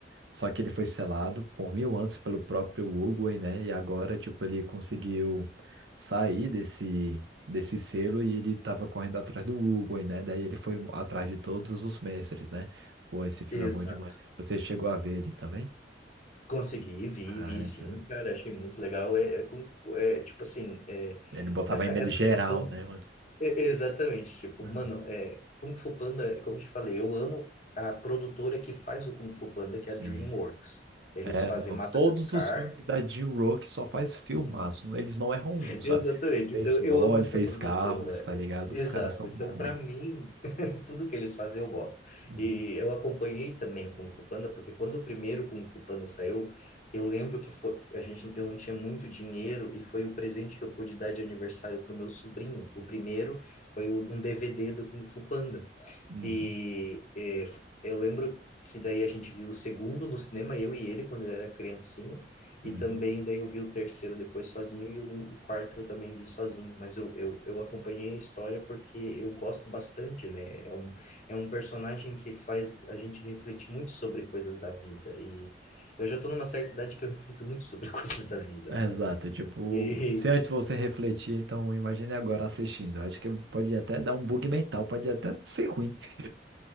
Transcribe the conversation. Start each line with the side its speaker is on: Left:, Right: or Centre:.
Right: Só que ele foi selado por mil anos pelo próprio Uruguai, né? E agora, tipo, ele conseguiu sair desse, desse selo e ele tava correndo atrás do Uruguai, né? Daí ele foi atrás de todos os mestres, né? Pô, esse filme
Left: Exato.
Right: é bom demais. Você chegou a ver ele também?
Left: Consegui, vi,
Right: Ah,
Left: vi sim,
Right: esse...
Left: cara, achei muito legal. É, é com- é, tipo assim, é,
Right: ele botava
Left: essa,
Right: em medo
Left: essa
Right: geral,
Left: questão
Right: né, mano?
Left: E- Exatamente, tipo,
Right: Aham,
Left: mano, é, Kung Fu Panda, é como eu te falei, eu amo a produtora que faz o Kung Fu Panda, que
Right: Sim.
Left: é a DreamWorks. Eles
Right: É,
Left: fazem
Right: não,
Left: Madagascar.
Right: todos os filmes da Jim Rock só faz filmaço, né? eles não erram
Left: <laughs>
Right: um, sabe?
Left: Exatamente,
Right: Fez
Left: então
Right: Wall,
Left: eu amo essa
Right: fez
Left: produtora.
Right: Carros, tá ligado?
Left: Exato,
Right: Os caras são
Left: então
Right: bons,
Left: pra
Right: mano.
Left: mim, <laughs> tudo que eles fazem eu gosto.
Right: Uhum.
Left: E eu acompanhei também o Kung Fu Panda, porque quando o primeiro Kung Fu Panda saiu, eu lembro que foi, a gente, eu não tinha muito dinheiro e foi o presente que eu pude dar de aniversário pro meu sobrinho. O primeiro foi o- um DVD do Kung Fu Panda.
Right: Uhum.
Left: E, eh, eu lembro que daí a gente viu o segundo no cinema, eu e ele, quando ele era criancinha, e
Right: Uhum.
Left: também daí eu vi o terceiro depois sozinho, e o, o quarto eu também vi sozinho, mas eu, eu, eu acompanhei a história porque eu gosto bastante, né? É um, é um personagem que faz a gente refletir muito sobre coisas da vida, e eu já tô numa certa idade que eu reflito muito sobre <laughs> coisas da vida,
Right: Exato,
Left: sabe?
Right: tipo,
Left: E,
Right: se antes você refletir, então imagine agora assistindo. Acho que pode até dar um bug mental, pode até ser ruim. <laughs>